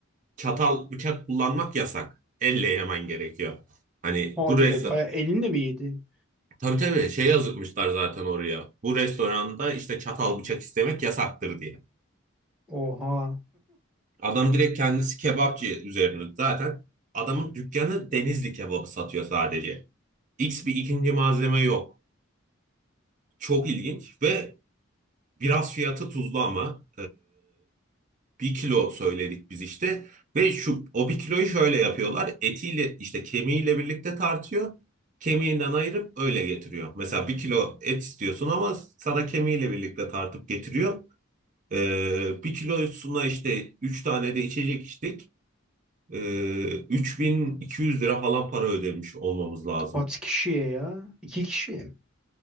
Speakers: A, on the right; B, in the centre.
A: çatal bıçak kullanmak yasak. Elle yemen gerekiyor. Hani
B: hadi
A: bu restoran
B: be bayağı elinle mi yedin?
A: tabii tabii şey yazmışlar zaten oraya. Bu restoranda işte çatal bıçak istemek yasaktır diye.
B: Oha.
A: Adam direkt kendisi kebapçı üzerine zaten adamın dükkanı Denizli kebabı satıyor sadece. X bir ikinci malzeme yok. Çok ilginç ve biraz fiyatı tuzlu ama bir kilo söyledik biz işte. Ve şu o bir kiloyu şöyle yapıyorlar. Etiyle işte kemiğiyle birlikte tartıyor. Kemiğinden ayırıp öyle getiriyor. Mesela bir kilo et istiyorsun ama sana kemiğiyle birlikte tartıp getiriyor. Ee, bir kilosuna işte 3 tane de içecek içtik. Ee, 3200 lira falan para ödemiş olmamız
B: <laughs>
A: lazım.
B: Kaç kişiye ya? İki kişiye mi?